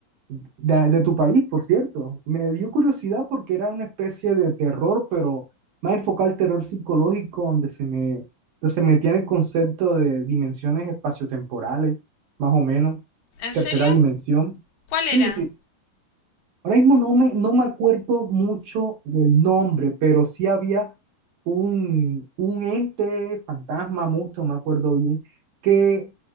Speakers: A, on the right; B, on the left.
A: de, de tu país, por cierto. Me dio curiosidad porque era una especie de terror, pero más enfocado al terror psicológico, donde se me, donde se metía en el concepto de dimensiones espaciotemporales, más o menos,
B: ¿en
A: tercera
B: serio?
A: dimensión.
B: ¿Cuál
A: Sí,
B: era?
A: Ahora mismo no me, no me acuerdo mucho del nombre, pero sí había un, un ente, fantasma, mucho, me acuerdo bien, que